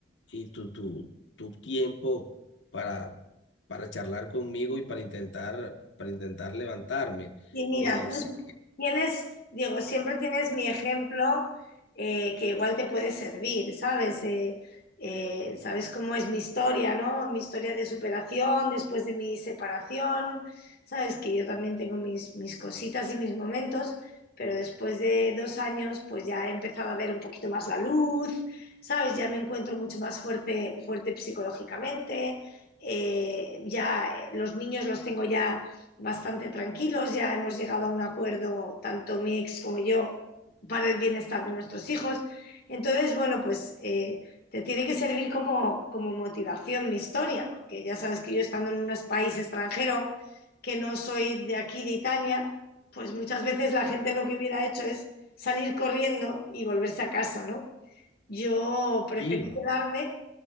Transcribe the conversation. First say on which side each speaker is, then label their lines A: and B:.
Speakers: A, on the left; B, on the left.
A: y tu, tu, tu tiempo para, para charlar conmigo y para intentar, para intentar levantarme.
B: Y mira,
A: Eh,
B: tú
A: sé que
B: tienes, Diego, siempre tienes mi ejemplo eh, que igual te puede servir, ¿sabes? Eh, eh, sabes cómo es mi historia, ¿no? Mi historia de superación después de mi separación, ¿sabes? Que yo también tengo mis, mis cositas y mis momentos, pero después de dos años pues ya he empezado a ver un poquito más la luz, ¿sabes? Ya me encuentro mucho más fuerte, fuerte psicológicamente, eh, ya los niños los tengo ya bastante tranquilos, ya hemos llegado a un acuerdo, tanto mi ex como yo, para el bienestar de nuestros hijos. Entonces, bueno, pues eh, te tiene que servir como, como motivación mi historia, porque ya sabes que yo estando en un país extranjero, que no soy de aquí, de Italia, pues muchas veces la gente lo que hubiera hecho es salir corriendo y volverse a casa, ¿no? Yo preferí
A: sí,
B: quedarme